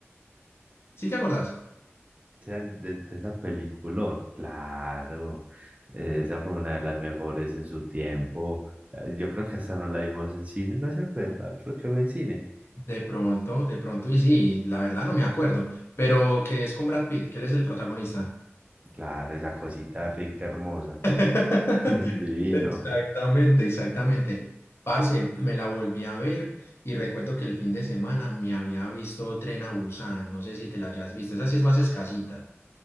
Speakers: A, on the left; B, on the right.
A: ¿Sí te acordás?
B: <laughs> sean de, de esa peliculón, claro, eh, esa fue una de las mejores en su tiempo. Eh, Yo creo que hasta no la vimos en cine, no se acuerda, creo que fue en cine.
A: De pronto, de pronto, y sí, la verdad no me acuerdo, pero que es con Brad Pitt, que él es el protagonista.
B: Claro, esa cosita rica, hermosa,
A: <laughs>
B: <laughs> divino.
A: Exactamente, exactamente. Parce, me la volví a ver y recuerdo que el fin de semana me había visto Tren a Busan. No sé si te la hayas visto. Esa sí es más escasita.